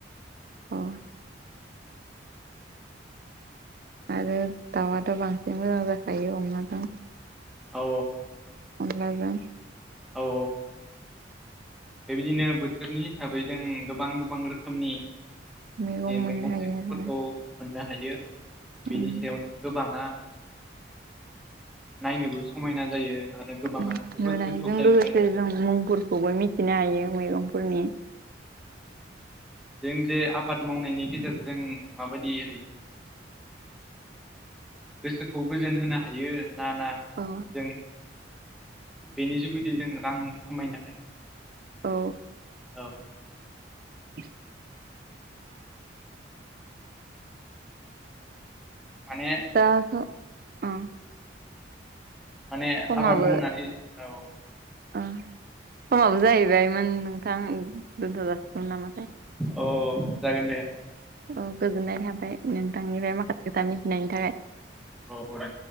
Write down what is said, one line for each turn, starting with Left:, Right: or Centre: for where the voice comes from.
Right: औ आरो दाउआथ' बांसिन मोजां जाखायो अमाजों
Centre: औ
Right: अनलाजों
Centre: औ बेबायदिनो बोथोरनि हिसाबै जों गोबां गोबां रोखोमनि
Right: मैगं
Centre: जे
Right: मोननो हायो
Centre: थाइगंफोरखौ
Right: आरोना
Centre: मोननो हायो बेनि
Right: उम
Centre: सायावनो गोबाङा नायनोबो समायना जायो आरो गोबाङा
Right: ओम
Centre: जोबोद
Right: नुनायजों
Centre: गोथाव जायो
Right: लोगोसे
Centre: आरो
Right: जों मुंफोरखौबो मिथि थिनो हायो मैगंफोरनि
Centre: जों जे आबाद मावनायनि गेजेरजों माबायदियै गोसोखौ गोजोन होनो हायो ना ना
Right: औ
Centre: जों बेनि जुगैदि जों रां खामायनो हायो
Right: औ
Centre: औ
Right: <inaudible>
Centre: औ माने
Right: दाथ' ओं
Centre: माने
Right: समाबो
Centre: आबाद मावनानै औ
Right: ओ समाबो जाहैबायमोन नोंथां दोनथ' जासिगोन नामाथाय
Centre: औ जागोन दे
Right: औ गोजोननाय थाबाय बाय नोंथांनिफ्राय माखासे खोथा मिथिनायनि थाखाय
Centre: औ दे दे